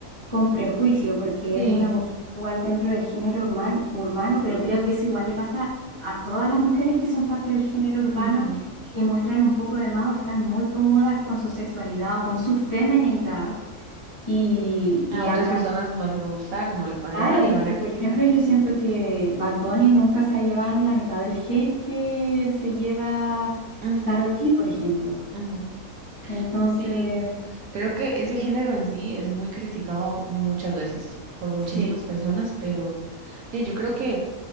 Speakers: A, on the left (about 20°); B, on the right (about 75°).
A: con prejuicio, porque
B: sí,
A: es una mujer igual dentro del género urman- urbano, pero creo que eso igual le pasa a todas las mujeres que son parte del género urbano
B: ujú.
A: y que muestran un poco de más o están muy cómodas con su sexualidad o con su femineidad. Y, y
B: A otras
A: acá,
B: personas no les va a gustar, no les va a
A: claro,
B: agradar
A: porque
B: y van a
A: por
B: criticar.
A: ejemplo yo siento que Bad Bunny nunca se ha llevado ni la mitad del hate que se lleva
B: Ujú,
A: Karol G, por ejemplo.
B: ujú.
A: Entonces,
B: Sí, creo que ese género en sí es muy criticado muchas veces por muchísimas
A: sí.
B: personas, pero sí, yo creo que